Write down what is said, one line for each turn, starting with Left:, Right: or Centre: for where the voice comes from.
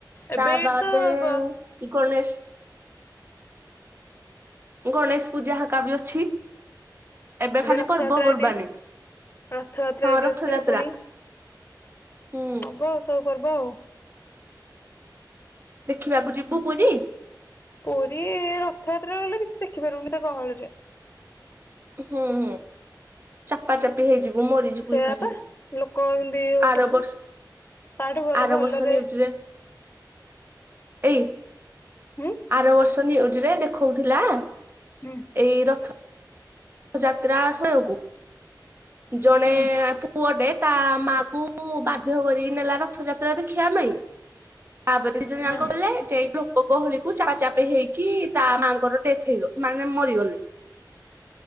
Left: ଏବେ
Right: ତା
Left: ଏଇଠି
Right: ବାଦେ
Left: ତ ହୁଁ
Right: ଗଣେଶ ଗଣେଶ ପୂଜା ହେକା ବି ଅଛି। ଏବେ ଖାଲି
Left: ରଥଯାତ୍ରା
Right: ପର୍ବପର୍ବାଣି।
Left: ଏଠି ରଥଯାତ୍ରା
Right: ହଁ,
Left: ଏଇଠି
Right: ରଥଯାତ୍ରା।
Left: ଆସିବ ପୁଣି
Right: ହୁଁ।
Left: ହବ ସବୁ ପର୍ବ ଆଉ।
Right: ଦେଖିବାକୁ ଯିବୁ ପୁରୀ।
Left: ପୁରୀ ରଥଯାତ୍ରାରେ ଗଲେ କିଛି ଦେଖିପାରୁନି ଏତେ ଗହଳିରେ।
Right: ହୁଁ ହୁଁ ଚାପା ଚାପି ହେଇଯିବୁ, ମରିଯିବୁ
Left: ସେଇଆ
Right: ଏକାଥରେ।
Left: ପା ଲୋକ ଏମିତି ହଉଛନ୍ତି
Right: ଆରବର୍ଷ,
Left: ତାଠୁ ଭଲ
Right: ଆରବର୍ଷ
Left: ଭଲରେ
Right: ନିଉଜରେ ଏଇ
Left: ହୁଁ
Right: ଆରବର୍ଷ ନିଉଜରେ ଦେଖଉଥିଲା।
Left: ହୁଁ
Right: ଏଇ ରଥ ଯାତ୍ରା ସମୟକୁ ଜଣେ
Left: ହୁଁ
Right: ପୁଅଟେ ତା ମା କୁ ବାଧ୍ୟ କରିକି ନେଲା ରଥଯାତ୍ରା ଦେଖିବା ପାଇଁ। ତାପରେ ଦିଜଣଯାଙ୍କ
Left: ହଁ
Right: ଗଲେ। ଗହଳିକୁ ଚାପା ଚାପି ହେଇକି ତା ମାଆଙ୍କର ଡେଥ ହେଇଗଲା। ମାନେ ମରିଗଲେ।